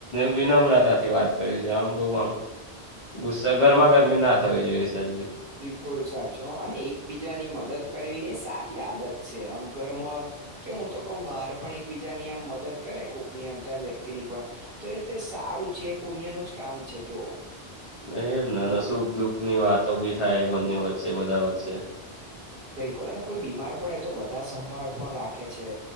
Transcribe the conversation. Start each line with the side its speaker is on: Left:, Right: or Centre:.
Left: વિનમ્રતા થી વાત કરી આમ બઉ આમ ગુસ્સા ગરમા
Right: બિલકુલ
Left: ગરમી ના થવી જોઈએ છે આજ ભી
Right: કોલ સાચો અને એકબીજાની મદદ કરવી એ સારી આદત છે આમ ઘરમાં કે હું તો કઉ બહાર પણ એકબીજાની આમ મદદ કરે કોકની અંજાન વ્યક્તિની પણ તો એ તે સારું છે એ પુણ્યનું જ કામ છે જોઓ
Left: એ નાના સુખ દુઃખ ની વાતો બી થાય બંને વચ્ચે બધા વચ્ચે
Right: બિલકુલ અને કોઈ બીમાર પડે તો બધા સંભાળ પણ રાખે છે.